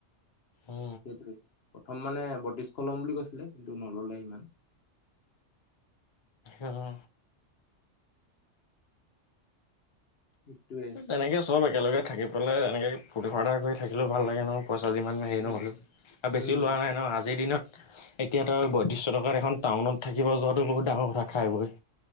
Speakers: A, on the left (about 40°); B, on the left (about 55°).
A: অ
B: সেইটোৱে প্ৰথম মানে বটিছশলম বুলি কৈছিলে কিন্তু নললে সিমান।
A: অ অ
B: সেইটোৱে
A: তেনেকে চব একেলগে থাকি পেলাই এনেকে ফূৰ্তি ফাৰ্ত কৰি থাকিলেও ভাল লাগে ন পইচা যিমান হেৰি
B: উম।
A: নহ'লো আৰু বেছিও
B: উম
A: লোৱা নাই ন আজিৰ দিনত এতিয়া তই বটিছশ টকাত এখন টাউনত থাকিব যোৱাটো বহুত ডাঙৰ কথা খাই বৈ